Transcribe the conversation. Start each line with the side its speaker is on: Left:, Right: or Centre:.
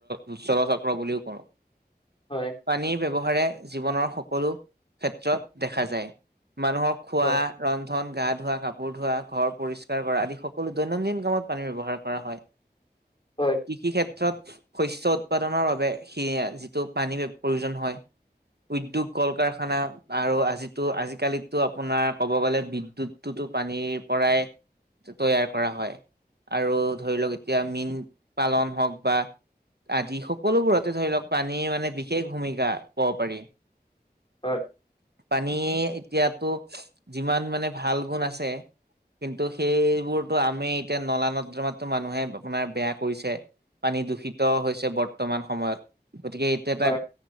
Right: উ্বৰচক্ৰ বুলিও কওঁ।
Left: হয়
Right: পানীৰ ব্যৱহাৰে জীৱনৰ সকলো ক্ষেত্ৰত দেখা যায়। মানুহক খোৱা
Left: হয়
Right: ৰন্ধন গা-ধোৱা, কাপোৰ ধোৱা, ঘৰ পৰিসকাৰ কৰা আদি সকলো দৈনন্দিন কামত প পানী ব্যৱহাৰ কৰা হয়।
Left: হয় হয় হয় হয়
Right: কৃষি ক্ষেত্ৰত শস্য উৎপাদনৰ বাবে স যিটো পানী প্ৰয়োজন হয়। উদ্যোগ কল কাৰখানা আৰু আজি টো আজি আজিকালি তো আপোনাৰ ক'ব গ'লে বিদুৎটোতো পানীৰ পৰাই তৈয়াৰ কৰা হয়। আৰু ধৰি লওক এতিয়া মীন পালন হওক বা আদি সকলোবোৰতে ধৰি লওক পানী মানে বিশেষ ভূমিকা পাব পাৰি।
Left: হয়।
Right: পানী এতিয়াতো যিমান মানে ভাল গুণ আছে কিন্তু সেইবোৰতো আমি এতিয়া নলা নৰ্দমাত মানুহে আপোনাৰ বেয়া কৰিছে। পানী দূষিত হৈছে বৰ্তমান সময়ত। গতিকে এইটো এটা
Left: হয়